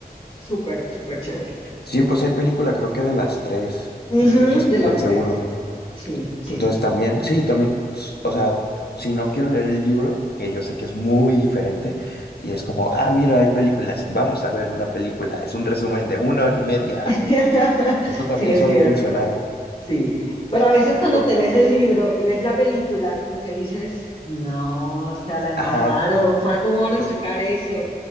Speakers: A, on the left; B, on the left.
A: súper, súper chévere.
B: Sí, pues hay película creo que de las tres.
A: Ujú,
B: No estoy tan
A: de las
B: tan seguro.
A: tres. Sí, sí.
B: Entonces también, sí, también, o sea, si no quiero leer el libro, que yo sé que es muy diferente, y es como, ah, mira, hay películas, vamos a ver una película, es un resumen de una hora y media.
A: <laughs>
B: Esto también
A: Sí, es
B: suele
A: cierto.
B: funcionar.
A: Sí, pero a veces cuando
B: Digo,
A: te lees el libro y ves la película, como que dices, no, o sea, la embarraron,
B: ajá,
A: fa- ¿cómo van a
B: co-
A: sacar eso?